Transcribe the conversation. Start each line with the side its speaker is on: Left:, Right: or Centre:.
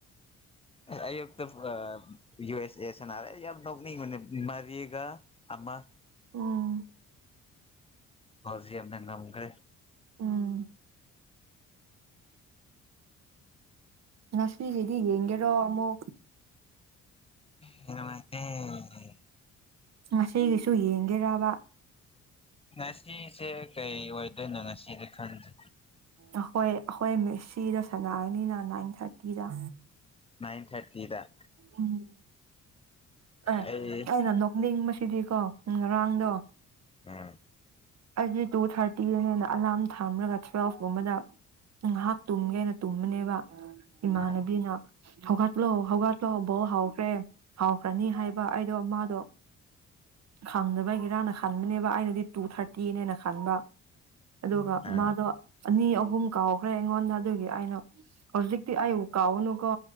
Left: ꯑꯌꯨꯛꯇ ꯌꯨ ꯑꯦꯁ ꯑꯦꯁꯅꯔꯦ ꯌꯥꯝ ꯅꯣꯛꯅꯤꯡꯕꯅꯦ ꯃꯔꯤꯒ ꯑꯃ
Right: ꯎꯝ
Left: ꯕꯦꯜꯖꯤꯌꯝꯅ ꯉꯝꯒ꯭ꯔꯦ
Right: ꯎꯝ ꯉꯁꯤꯒꯤꯗꯤ ꯌꯦꯡꯒꯦꯔꯣ ꯑꯃꯨꯛ
Left: ꯅꯨꯡꯉꯥꯏꯇꯦ
Right: ꯉꯁꯤꯒꯤꯁꯨ ꯌꯦꯡꯒꯦꯔꯕ
Left: ꯉꯁꯤꯁꯦ ꯀꯩ ꯑꯣꯏꯗꯣꯏꯅꯣ ꯉꯁꯤꯗꯤ ꯈꯪꯗꯦ
Right: ꯑꯩꯈꯣꯏ ꯑꯩꯈꯣꯏ ꯃꯦꯁꯤꯗ ꯁꯥꯟꯅꯒꯅꯤꯅ ꯅꯥꯏꯟ ꯊꯥꯔꯇꯤꯗ
Left: ꯅꯏꯟ ꯊꯥꯔꯇꯤꯗ
Right: ꯎꯝ ꯑꯦ
Left: ꯑꯩ
Right: ꯑꯩꯅ ꯅꯣꯛꯅꯤꯡꯕꯁꯤꯗꯤꯀꯣ ꯉꯔꯥꯡꯗꯣ
Left: ꯎꯝ
Right: ꯑꯩꯒꯤ ꯇꯨ ꯊꯥꯔꯇꯤꯗꯅꯦꯅ ꯑꯂꯥꯔꯝ ꯊꯝꯂꯒ ꯇꯨꯋꯦꯜꯀꯨꯝꯕꯗ ꯉꯥꯏꯍꯥꯛ ꯇꯨꯝꯒꯦꯅ ꯇꯨꯝꯕꯅꯦꯕ ꯏꯃꯥꯟꯅꯕꯤꯅ
Left: ꯑ
Right: ꯍꯧꯒꯠꯂꯣ ꯍꯧꯒꯠꯂꯣ ꯕꯣꯜ ꯍꯥꯎꯈ꯭ꯔꯦ ꯍꯧꯈ꯭ꯔꯅꯤ ꯍꯥꯏꯕ ꯑꯩꯗꯣ ꯃꯥꯗꯣ ꯈꯪꯗꯕꯩꯔꯅ ꯈꯟꯕꯅꯦꯕ ꯑꯩꯅꯗꯤ ꯇꯨ ꯊꯥꯔꯇꯤꯅꯦꯅ ꯈꯟꯕ ꯑꯗꯨꯒ
Left: ꯑ
Right: ꯃꯥꯗꯣ ꯑꯅꯤ ꯑꯍꯨꯝ ꯀꯥꯎꯈ꯭ꯔꯦ ꯑꯩꯉꯣꯟꯗ ꯑꯗꯨꯒꯤ ꯑꯩꯅ ꯍꯧꯖꯤꯛꯇꯤ ꯑꯩꯕꯨ ꯀꯥꯎꯒꯅꯨꯀꯣ